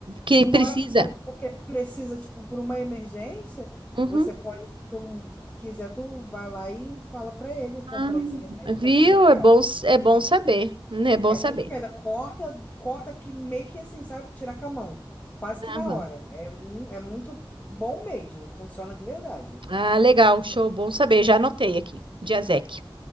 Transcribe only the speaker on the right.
que
precisa.
Uhum.
Ah,
viu?
É bom, s- é bom saber, né? É bom
saber.
Aham.
Ah, legal, show, bom saber. Já anotei aqui, Diazec.